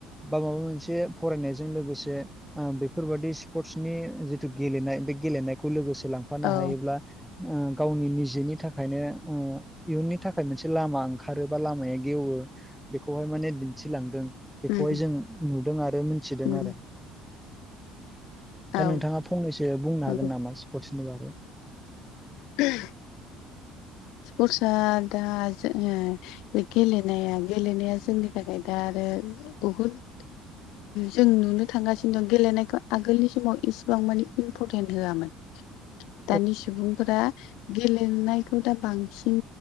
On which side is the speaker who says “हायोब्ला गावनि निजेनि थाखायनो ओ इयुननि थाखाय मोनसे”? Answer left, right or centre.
Centre